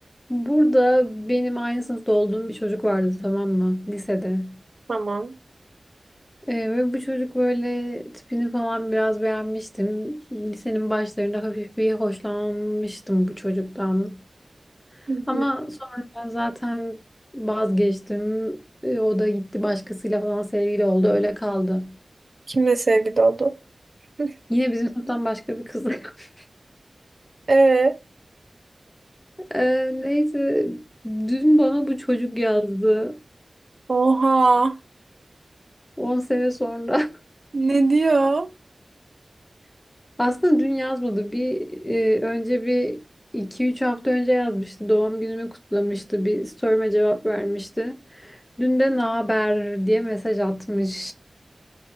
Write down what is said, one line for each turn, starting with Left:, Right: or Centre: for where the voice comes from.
Left: Burada benim aynı sınıfta olduğum bir çocuk vardı tamam mı? Lisede.
Right: Tamam.
Left: Ee, ve bu çocuk böyle tipini falan biraz beğenmiştim. Lisenin başlarında hafif bir hoşlanmıştım bu çocuktan.
Right: Hı
Left: Ama
Right: hı.
Left: sonra zaten vazgeçtim. Ee, o da gitti başkasıyla falan sevgili oldu. Öyle kaldı.
Right: Kimle sevgili oldu? <laughs>
Left: Yine bizim sınıftan başka bir kız. <laughs>
Right: Ee,
Left: Ee, neyse dün bana bu çocuk yazdı.
Right: oha.
Left: 10 sene sonra.
Right: Ne diyor?
Left: <laughs> Aslında dün yazmadı. Bir e, önce bir iki üç hafta önce yazmıştı. Doğum günümü kutlamıştı. Bir story'me cevap vermişti. Dün de ne haber diye mesaj atmış.